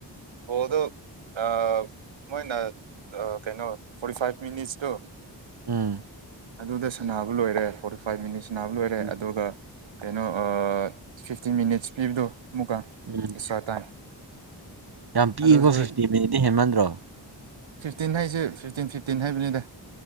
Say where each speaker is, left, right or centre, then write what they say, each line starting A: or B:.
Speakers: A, on the right (about 85°); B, on the right (about 55°).
A: ꯕꯣꯜꯗꯣ꯫ ꯑ ꯃꯣꯏ ꯀꯩꯅꯣ ꯐꯣꯔꯇꯤ ꯐꯥꯏꯚ ꯃꯤꯅꯤꯠꯇꯣ꯫
B: ꯎꯝ
A: ꯑꯗꯨꯗ ꯁꯥꯟꯅꯕ ꯂꯣꯏꯔꯦ ꯐꯣꯔꯇꯤ ꯐꯥꯏꯚ ꯃꯤꯅꯤꯠ ꯁꯥꯟꯅꯕ ꯂꯣꯏꯔꯦ
B: ꯎꯝ
A: ꯑꯗꯨꯒ ꯀꯩꯅꯣ ꯐꯤꯞꯇꯤꯟ ꯃꯤꯅꯤꯠꯁ ꯄꯤꯕꯗꯣ ꯑꯃꯨꯛꯀ
B: ꯎꯝ
A: ꯑꯦꯛꯁꯇ꯭ꯔꯥ ꯇꯥꯏꯝ꯫
B: ꯌꯥꯝ ꯄꯤꯛꯏꯀꯣ
A: ꯑꯗꯨꯁꯨ
B: ꯐꯤꯞꯇꯤꯟ ꯃꯤꯅꯤꯠꯇꯤ ꯍꯦꯟꯃꯟꯗ꯭ꯔꯣ꯫
A: ꯐꯤꯞꯇꯤꯟ ꯍꯥꯏꯁꯦ ꯐꯤꯞꯇꯤꯟ ꯐꯤꯞꯇꯤꯟ ꯍꯥꯏꯕꯅꯤꯗ꯫